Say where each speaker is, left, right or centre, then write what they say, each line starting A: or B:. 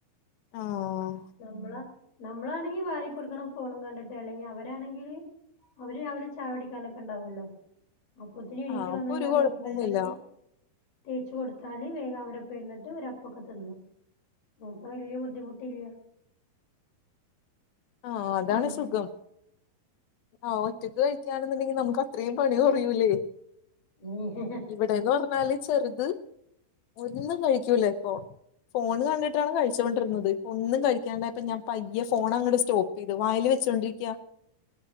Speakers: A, on the left; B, on the left.
A: ആഹ്
B: നമ്മളാ നമ്മളാണെങ്കില് വാരി കൊടുക്കണം ഫോണും കണ്ടിട്ട് അല്ലെങ്കി അവരാണെങ്കില് അവര് രാവിലെ ചായ കുടിക്കാനൊക്കെ ഉണ്ടാവല്ലോ അപ്പോത്തിന് എണീറ്റ്
A: ആഹ്
B: വന്നാ
A: അപ്പൊ ഒരു
B: ഞാൻ
A: കൊഴപ്പവുമില്ല
B: വേഗം പല്ലോക്കെ തേച്ച് തേച്ച് കൊടുത്താല് വേഗം അവരോപ്പ ഇരിന്നിട്ട് ഇവരോപ്പൊക്കെ തിന്നു നമുക്ക് വല്യ ബുദ്ധിമുട്ടില്ല
A: ആഹ് അതാണ്
B: അങ്ങനെ
A: സുഖം ആഹ് ഒറ്റക്ക് കഴിക്കാന്നുണ്ടെങ്കില് നമുക്ക് അത്രയും പണി കൊറയൂലേ
B: <unintelligible>
A: ഇവിടേന്ന് പറഞ്ഞാല് ചെറുത് ഒന്നും കഴിക്കൂല ഇപ്പോ ഫോണ് കണ്ടിട്ടാണ് കഴിച്ചുകൊണ്ടിരുന്നത് ഒന്നും കഴിക്കണ്ടായപ്പോ ഞാൻ പയ്യേ ഫോണ് അങ്ങ്ട് സ്റ്റോപ്പേയ്തു വായേല് വേച്ചോണ്ടിരിക്ക